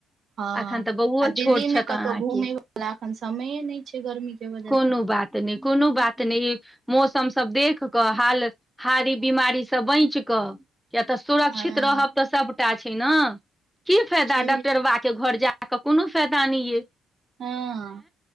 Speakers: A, on the right (about 55°); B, in the centre.
A: हँ
B: एखन तऽ बौओ
A: आ दिल्लीमे
B: छोट छथि
A: कतहु
B: अहाँके
A: घुमयवला एखन समय नहि छै। गर्मीे वजह
B: कोनो
A: से
B: बात नहि कोनो बात नहि मौसम सब देख कऽ हाल हारी बीमारीसँ बच कऽ किया तऽ सुरक्षित
A: हँ
B: रहब तऽ सबटा छै ने की फायदा
A: छै
B: डॉक्टर बाबा के घर जा आ कऽ कोनो फायदा नहि यइ
A: हँ